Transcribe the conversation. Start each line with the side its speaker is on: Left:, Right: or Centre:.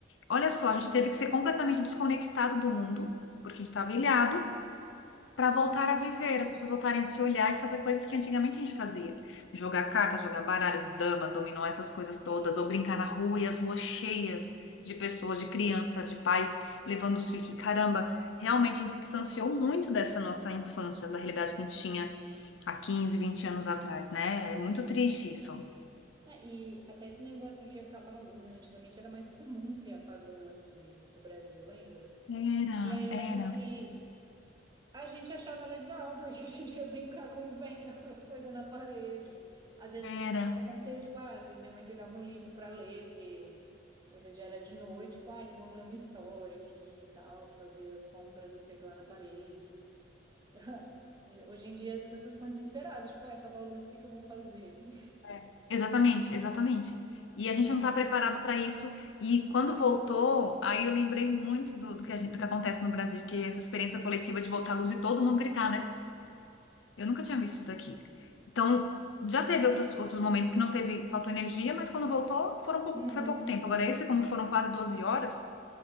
Left: olha só, a gente teve que ser completamente desconectado do mundo, porque a gente estava ilhado, para voltar a viver, as pessoas voltarem a se olhar e fazer coisas que antigamente a gente fazia. Jogar carta, jogar baralho, dama, dominó, essas coisas todas,
Right: sim.
Left: ou brincar na rua e as ruas cheias de pessoas, de criança, de pais levando os filhos. Caramba, realmente a gente se distanciou muito dessa nossa infância, da realidade que a gente tinha há 15, 20 anos atrás, né? É muito triste isso.
Right: É, e até esse negócio de acabar a luz, né? Antigamente era mais comum ter apagão aqui no Brasil, lembra?
Left: Era,
Right: E aí eu
Left: era,
Right: lembro que A gente achava legal, porque a gente ia brincar com velas, <laughs> coisa na parede. Às vezes,
Left: era.
Right: às vezes acontecia, tipo, ah, às vezes minha mãe pegava um livro para ler, porque às vezes já era de noite, tipo, ah, então vamos ler uma história aqui e tal, fazer as sombras, não sei o que lá na parede. <laughs> Hoje hoje em dia as pessoas ficam desesperadas, tipo, ai, acabar a luz, o que que eu vou fazer? <laughs>
Left: É, Exatamente, exatamente. E a gente não está preparado para isso. E quando voltou, aí eu lembrei muito do, do que a gente, do que acontece no Brasil, que é essa experiência coletiva de voltar à luz e todo mundo gritar, né? Eu nunca tinha visto isso daqui. Então, já teve outros, outros momentos que não teve, faltou energia, mas quando voltou, foram pouco,
Right: Uhum,
Left: foi pouco tempo. Agora, esse, como foram quase 12 horas,